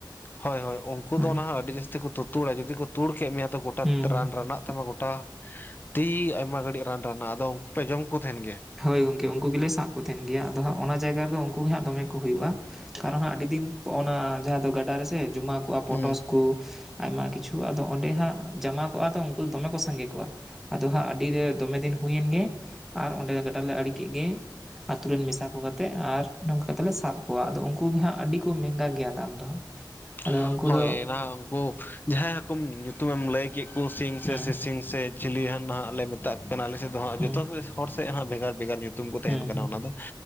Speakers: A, on the left (about 25°); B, in the centre.
A: ᱦᱳᱭ ᱦᱳᱭ ᱩᱱᱠᱩ
B: ᱦᱳᱭ
A: ᱫᱚ ᱱᱟᱦᱟᱜ ᱟᱹᱰᱤ ᱡᱟᱹᱥᱛᱤ ᱠᱚ ᱛᱩ ᱛᱩᱲᱟ ᱡᱩᱫᱤ ᱠᱚ ᱛᱩᱲ ᱠᱮᱫ ᱢᱮᱭᱟ ᱛᱚ ᱜᱚᱴᱟ
B: ᱦᱩᱸ ᱦᱩᱸ
A: ᱨᱟᱱ ᱨᱟᱱᱟᱜ ᱛᱟᱢᱟ ᱜᱚᱴᱟ ᱛᱤ ᱟᱭᱢᱟ ᱜᱷᱟᱹᱲᱤᱡ ᱨᱟᱱ ᱨᱟᱱᱟᱜ ᱟᱫᱚ ᱩᱱᱠᱩ ᱯᱮ ᱡᱚᱢ ᱠᱚ ᱛᱟᱦᱮᱱ ᱜᱮᱭᱟ
B: ᱦᱳᱭ ᱜᱚᱝᱠᱮ ᱩᱱᱠᱩ ᱜᱮᱞᱮ ᱥᱟᱵ ᱠᱚ ᱛᱟᱦᱮᱱ ᱜᱮᱭᱟ ᱟᱫᱚ ᱦᱟᱸᱜ ᱚᱱᱟ ᱡᱟᱭᱜᱟ ᱨᱮᱫᱚ ᱩᱱᱠᱩᱜ ᱜᱮ ᱦᱟᱸᱜ ᱫᱚᱢᱮ ᱠᱚ ᱦᱩᱭᱩᱜᱼᱟ ᱟᱨ ᱦᱚᱸ ᱟᱹᱰᱤ ᱫᱤᱱ ᱚᱱᱟ ᱡᱟᱦᱟᱸ ᱫᱚ ᱜᱟᱰᱟ ᱨᱮᱥᱮ ᱡᱚᱢᱟ ᱠᱚᱜᱼᱟ ᱯᱚᱴᱚᱥ
A: ᱦᱩᱸ
B: ᱠᱚ ᱩᱱᱠᱩ ᱟᱭᱢᱟ ᱠᱤᱪᱷᱩ ᱟᱫᱚ ᱚᱸᱰᱮ ᱦᱟᱸᱜ ᱡᱟᱢᱟ ᱠᱚᱜᱼᱟ ᱛᱚ ᱫᱚ ᱩᱱᱠᱩ ᱫᱚᱢᱮ ᱠᱚ ᱥᱟᱸᱜᱮ ᱠᱚᱜᱼᱟ ᱟᱫᱚ ᱦᱟᱸᱜ ᱟᱹᱰᱤ ᱨᱮ ᱫᱚᱢᱮ ᱫᱤᱱ ᱦᱩᱭᱮᱱ ᱜᱮᱭᱟ᱾ ᱚᱸᱰᱮ ᱜᱟᱰᱟ ᱞᱮ ᱟᱲᱮ ᱠᱮᱫ ᱜᱮ ᱟᱛᱳ ᱨᱮᱱ ᱢᱮᱥᱟ ᱠᱚ ᱠᱟᱛᱮ ᱟᱨ ᱱᱚᱝᱠᱟ ᱠᱟᱛᱮ ᱞᱮ ᱥᱟᱵ ᱠᱚᱣᱟ ᱟᱫᱚ ᱩᱱᱠᱩ ᱜᱮ ᱦᱟᱸᱜ ᱟᱹᱰᱤ ᱠᱚ ᱢᱮᱸᱦᱜᱟ ᱜᱮᱭᱟ ᱫᱟᱢ ᱫᱚ ᱦᱟᱸᱜ᱾
A: <unintelligible>
B: ᱟᱫᱚ ᱩᱱᱠᱩ
A: ᱦᱳᱭ
B: ᱫᱚ
A: ᱱᱟᱦᱟᱜ ᱩᱱᱠᱩ ᱡᱟᱦᱟᱸᱭ ᱦᱟᱹᱠᱩᱢ ᱧᱩᱛᱩᱢᱮᱢ ᱞᱟᱹᱭ ᱠᱮᱫ ᱠᱚ ᱥᱤᱧ ᱥᱮ
B: ᱦᱩᱸ
A: ᱥᱤᱥᱤᱧ ᱥᱮ, ᱪᱤᱞᱤ ᱦᱟᱱ ᱱᱟᱦᱟᱜ ᱞᱮ ᱢᱮ ᱫᱟᱜ ᱠᱮᱱᱮᱞ ᱟᱞᱮ ᱥᱮᱫ ᱫᱚ ᱦᱟᱜ
B: ᱦᱩᱸ
A: ᱡᱚᱛᱚ ᱜᱮ ᱥᱚᱴ ᱥᱮ ᱦᱟᱜ ᱵᱷᱮᱜᱟᱨ ᱵᱷᱮᱜᱟᱨ ᱧᱩᱛᱩᱢ ᱠᱚ ᱛᱟᱦᱮᱸᱱ
B: ᱦᱩᱸ
A: ᱠᱟᱱᱟ
B: ᱦᱩᱸ
A: ᱚᱱᱟ ᱫᱚ᱾